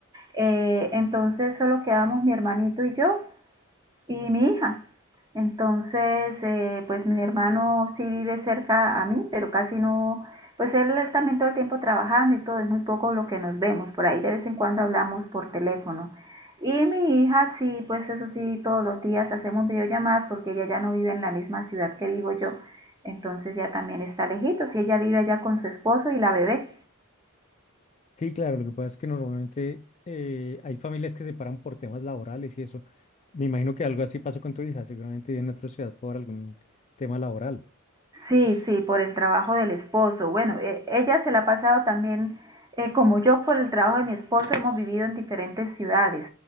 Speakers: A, on the right; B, on the left.
A: eh, entonces solo quedamos mi hermanito y yo y mi hija. Entonces, eh, pues mi hermano sí vive cerca a mí, pero casi no, pues él, él también todo el tiempo trabajando y todo, es muy poco lo que nos vemos, por ahí de vez en cuando hablamos por teléfono. Y mi hija sí, pues eso sí, todos los días hacemos videollamadas porque ella ya no vive en la misma ciudad que vivo yo, entonces ya también está lejitos y ella vive allá con su esposo y la bebé.
B: Sí, claro, lo que pasa es que normalmente eh, hay familias que se paran por temas laborales y eso. Me imagino que algo así pasó con tu hija, seguramente vive en otra ciudad por algún tema laboral.
A: Sí, sí, por el trabajo del esposo. Bueno, e- ella se la ha pasado también, eh, como yo, por el trabajo de mi esposo, hemos vivido en diferentes ciudades.